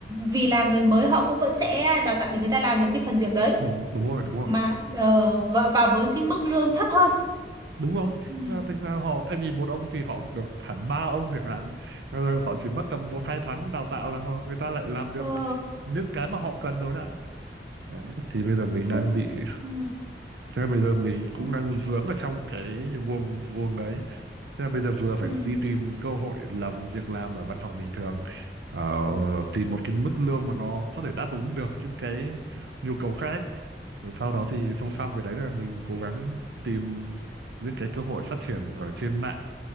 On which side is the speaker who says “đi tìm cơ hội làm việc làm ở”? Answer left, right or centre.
Right